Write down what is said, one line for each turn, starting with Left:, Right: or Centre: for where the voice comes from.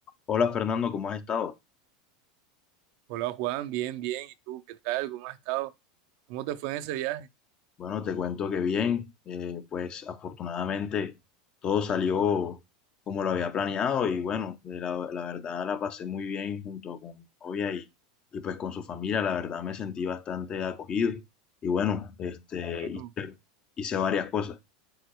Left: Hola Fernando, ¿cómo has estado?
Right: Hola Juan, bien, bien. ¿Y tú qué tal? ¿Cómo has estado? ¿Cómo te fue en ese viaje?
Left: Bueno, te cuento que bien, eh, pues afortunadamente todo salió como lo había planeado y bueno, eh, la, la verdad la pasé muy bien junto con mi novia y, y pues con su familia, la verdad me sentí bastante acogido y bueno, este,
Right: Bueno,
Left: hice, hice varias cosas.